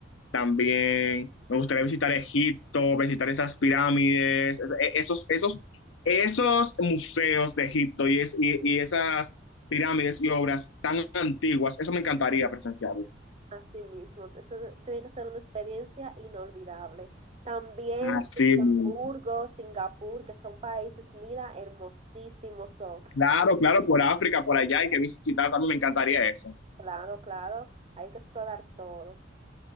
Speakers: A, on the left; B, on the right.
A: También me gustaría visitar Egipto, visitar esas pirámides, es- e- esos, esos, esos museos de Egipto y, es, y, y esas pirámides y obras tan antiguas. Eso me encantaría presenciarlo.
B: así mismo, eso tiene que ser una experiencia inolvidable. También
A: Así,
B: Luxemburgo,
A: mismo.
B: Singapur, que son países, mira, hermosísimos son.
A: claro, claro, por África, por allá hay que visitar, también me encantaría eso.
B: Claro, claro, hay que explorar todo.